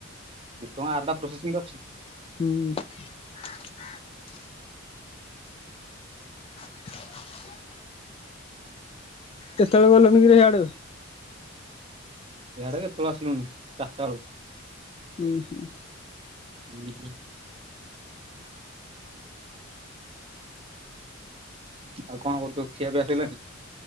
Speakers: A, on the right (about 25°); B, on the left (about 30°).
A: ଦ ଟଙ୍କା ଆରଟା ପ୍ରୋସେସିଂରେ ଅଛି।
B: ହୁଁ <inaudible> କେତେବେଳେ ଗଲନି କି ହିଆଡେ
A: ଇଆଡ଼େ କେତେବେଳେ ଆସିଲୁଣି, ଚାରିଟା ବେଳୁ
B: ହୁଁ ହୁଁ
A: ହୁଁ ହୁଁ ଆଉ କଣ କରୁଛୁ? ଖିଆ ପିଆ ସଇଲାଣି?